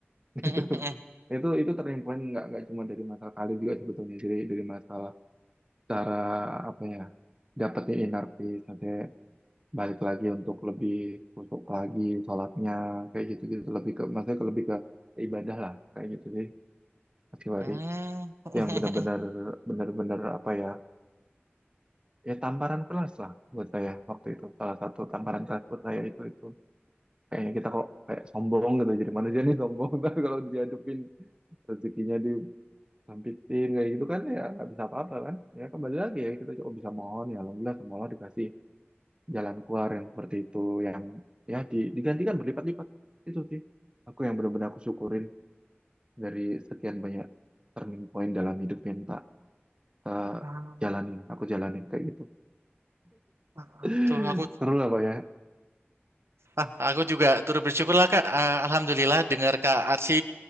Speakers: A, on the right; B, on the right.
A: <laughs>
B: Mm,
A: Itu,
B: mm, mm, mm.
A: itu, itu turning point nggak, nggak cuma dari masalah kali juga sebetulnya. Jadi dari masalah cara apa ya, dapetin inner peace, nanti balik lagi untuk lebih kusuk lagi sholatnya kayak gitu-gitu lebih ke maksudnya ke- lebih ke ibadah lah kayak gitu sih Mas Hiwari
B: Mm, mm, mm,
A: yang benar-benar
B: mm.
A: benar-benar apa ya ya tamparan kelas lah buat saya waktu itu salah satu tamparan kelas buat saya itu itu kayaknya kita kok kayak sombong gitu jadi manusia nih sombong <laughs> tapi kalau diadupin rezekinya disampitin kayak gitu kan ya nggak bisa apa-apa kan ya kembali lagi ya kita cuma bisa mohon ya alhamdulillah semoga dikasih jalan keluar yang seperti itu yang ya di- digantikan berlipat-lipat itu sih aku yang benar-benar aku syukurin dari sekian banyak turning point dalam hidup yang tak tak
B: Ah,
A: jalanin aku jalanin kayak gitu
B: ah, ah.
A: <laughs>
B: Tuh, aku,
A: seru lah pak ya
B: ah, aku juga turut bersyukur lah, Kak. Ah, Alhamdulillah, dengar Kak Arsi